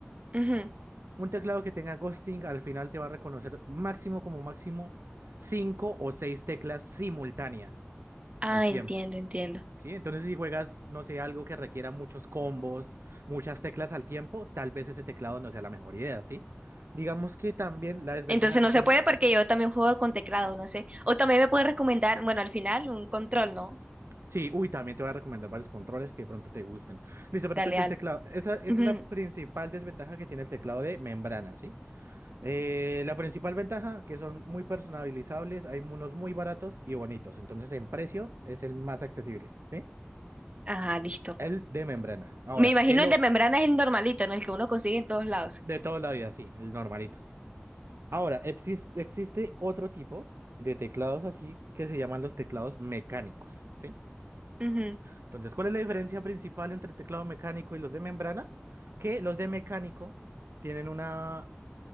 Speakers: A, on the right; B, on the right.
A: Ujú.
B: Un teclado que tenga ghosting al final te va a reconocer máximo como máximo 5 o 6 teclas simultáneas
A: Ah,
B: al tiempo.
A: entiendo, entiendo.
B: Sí, entonces si juegas, no sé, algo que requiera muchos combos, muchas teclas al tiempo, tal vez ese teclado no sea la mejor idea, ¿sí? Digamos que también la desventaja
A: Entonces
B: que
A: no
B: tiene...
A: se puede porque yo también juego con teclado, no sé. O también me pueden recomendar, bueno, al final un control, ¿no?
B: Sí, uy, también te voy a recomendar varios controles que de pronto te gusten. Listo, pero
A: Dale,
B: entonces
A: dale.
B: el teclado, esa es
A: Ujú.
B: la principal desventaja que tiene el teclado de membrana, ¿sí? Eh, la principal ventaja, que son muy personalizables, hay unos muy baratos y bonitos, entonces en precio es el más accesible, ¿sí?
A: Ajá, listo.
B: El de membrana. Ahora,
A: Me imagino
B: el
A: el
B: o-
A: de membrana es el normalito, ¿no? El que uno consigue en todos lados.
B: de toda la vida, sí, el normalito. Ahora, exis- existe otro tipo de teclados así que se llaman los teclados mecánicos, ¿sí?
A: Ujú.
B: Entonces, ¿cuál es la diferencia principal entre el teclado mecánico y los de membrana? Que los de mecánico tienen una